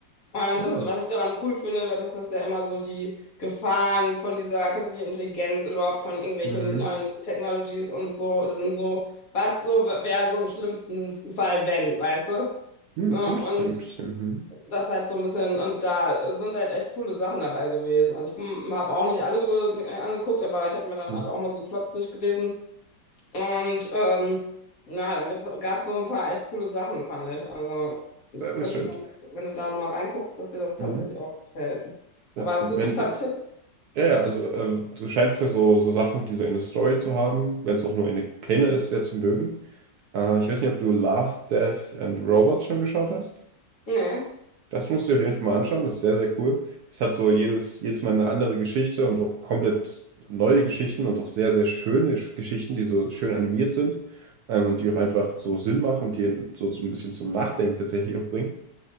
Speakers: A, on the left (about 50°); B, on the right (about 70°).
A: Und
B: Ah.
A: das, was ich daran cool finde, weil das ist ja immer so die Gefahren von dieser künstlichen Intelligenz oder überhaupt von irgendwelchen
B: Mhm.
A: neuen Technologies und so, und so, was so wäre so im schlimmsten Fall, wenn, weißt du?
B: Mhm.
A: Ja,
B: Interesting,
A: Und
B: interesting. Mhm.
A: das halt so ein bisschen, und da sind halt echt coole Sachen dabei gewesen. Also ich habe auch nicht alle ge- mir angeguckt, aber ich habe mir dann
B: Mhm.
A: halt auch mal so die Plots durchgelesen. Und ähm, na, da gibt's, gab's so ein paar echt coole Sachen, fand ich. Also es
B: Sehr, sehr
A: könnte
B: schön.
A: sein, dass, wenn du da nochmal reinguckst, dass dir das tatsächlich
B: Mhm.
A: auch gefällt.
B: Ja,
A: Aber hast
B: wenn,
A: du so ein paar
B: die-
A: Tipps?
B: ja, ja, also äh, du scheinst ja so, so Sachen, die so eine Story zu haben, wenn es auch nur eine kleine ist, sehr zu mögen. Äh, ich weiß nicht, ob du Love, Death and Robots schon geschaut hast.
A: Nee.
B: Das musst du dir auf jeden Fall mal anschauen, das ist sehr, sehr cool. Es hat so jedes, jedes Mal eine andere Geschichte und auch komplett neue Geschichten und auch sehr, sehr schöne Sch- Geschichten, die so schön animiert sind ähm, und die auch einfach so Sinn machen und die einen so, so ein bisschen zum Nachdenken tatsächlich auch bringen.